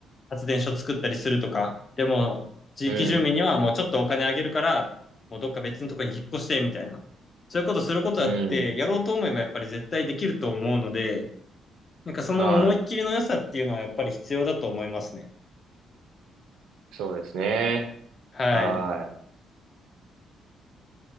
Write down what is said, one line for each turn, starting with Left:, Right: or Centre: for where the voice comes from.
Left: 発電所作ったりするとか。でも、地域住民にはもうちょっとお金あげるから、
Right: い。うん。
Left: もうどっか別のとこに引っ越して、みたいな。そういうことすることだって、
Right: うん。
Left: やろうと思えばやっぱり絶対できると思うので、なんかその思いっきりの良さっていうのはやっぱり必要だと思いますね。
Right: はい。そうですね。
Left: はい。
Right: は